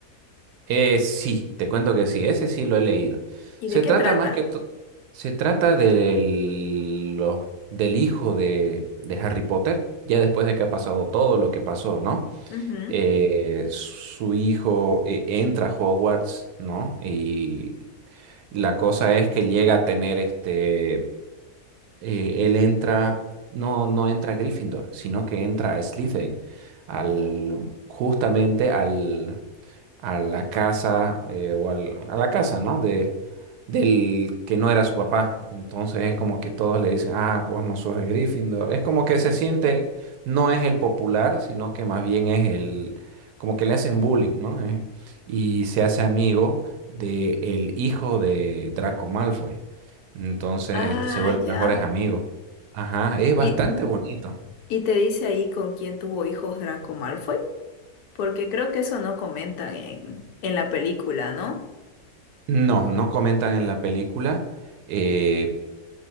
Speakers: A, on the right; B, on the left.
A: Eh, sí, te cuento que sí, ese sí lo he leído.
B: ¿Y
A: Se
B: de qué
A: trata
B: trata?
A: más que to- se trata del, los- del hijo de, de Harry Potter, ya después de que ha pasado todo lo que pasó, ¿no?
B: Ujú.
A: Eh, su hijo eh, entra a Hogwarts, ¿no? Y la cosa es que llega a tener este, eh, él entra, no, no entra a Gryffindor, sino que entra a Slytherin, al, justamente al a la casa eh, o al- a la casa, ¿no? De, del que no era su papá. Entonces es como que todos le dicen, ah, vos no sos de Gryffindor. Es como que se siente, no es el popular, sino que más bien es el, como que le hacen bullying, ¿no? Eh, y se hace amigo de el hijo de Draco Malfoy. Entonces,
B: Ah,
A: este, se vuelven
B: ya.
A: mejores amigos. Ajá, es
B: ¿Y,
A: bastante bonito.
B: y te dice ahí con quién tuvo hijos Draco Malfoy? Porque creo que eso no comentan en, en la película, ¿no?
A: No, no comentan en la película, eh,